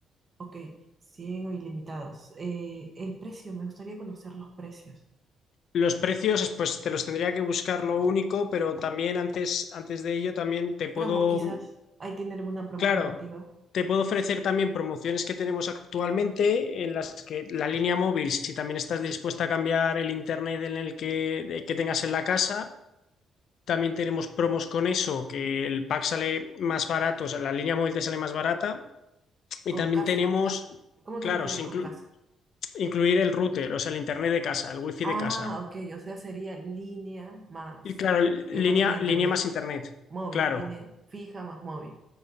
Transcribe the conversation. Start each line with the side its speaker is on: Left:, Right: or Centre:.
Right: Ok, 100 o ilimitados. Eh, el precio, me gustaría conocer los precios.
Left: Los precios, pues te los tendría que buscar lo único, pero también antes, antes de ello, también te puedo
Right: Promos quizás. ¿Ahí tiene alguna promoción
Left: Claro,
Right: activa?
Left: te puedo ofrecer también promociones que tenemos actualmente en las que la línea móvil, si también estás dispuesta a cambiar el internet en el que, de- que tengas en la casa, también tenemos promos con eso, que el pack sale más barato, o sea, la línea móvil te sale más barata y
Right: Con
Left: también
Right: casa.
Left: tenemos,
Right: ¿Cómo
Left: claro,
Right: te refieres
Left: sin
Right: con
Left: inclu-
Right: casa?
Left: incluir el router, o sea, el internet de casa, el wifi
Right: Ah,
Left: de casa.
Right: ok, o sea, sería línea más
Left: Y claro, línea,
Right: eh, el paquete de internet.
Left: línea más internet,
Right: Móvil,
Left: claro.
Right: línea fija más móvil.